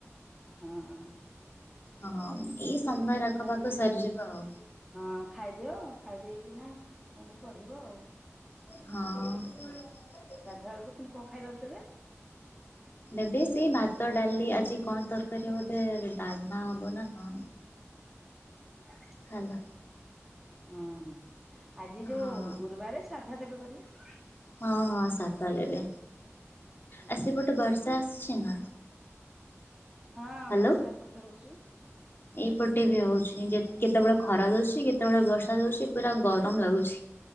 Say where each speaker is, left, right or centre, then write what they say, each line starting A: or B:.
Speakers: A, in the centre; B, on the left (about 45°).
A: ହଁ।
B: ହଁ।
A: ଏକ୍ଜାମ
B: ଏଇ ସୋମବାର
A: ଆଜି
B: ଆଖପାଖ
A: ତାହେଲେ
B: ସରିଯିବ ଆଉ।
A: ହଁ, ଖାଇଦିଅ ଖାଇଦେଇକିନା ପୁଣି ପଢିବ ଆଉ।
B: ହଁ।
A: ଗାଧୁଆବେଳକୁ ପୁନି କଣ ଖାଇବାକୁ ଦେବେ?
B: ଦେବେ ସେଇ ଭାତ ଡାଲି ଆଜି କଣ ତରକାରୀ ହବ ବୋଧେ ଡାଲମା ହବ ନା କଣ।
A: <inaudible>
B: ହାଲୋ।
A: ହଁ ହଁ ଆଜି ଯୋଉ
B: ହଁ।
A: ଗୁରୁବାରେ ସାଧା ଦେବେ କରିବେ।
B: ହଁ ହଁ ସାଧା ଦେବେ,
A: ହଁ
B: ଆ ସେପଟେ ବର୍ଷା ଆସୁଛି ନା?
A: ହଁ
B: ହ୍ୟାଲୋ
A: ବର୍ଷା ଏପଟରେ ହଉଛି।
B: ଏଇପଟେ ବି ହଉଛି ଜେ କେତ୍ କେତେବେଳେ ଖରା ଦଉଛି କେତେବେଳେ ବର୍ଷା ଦଉଛି ପୁରା ଗରମ ଲାଗୁଛି।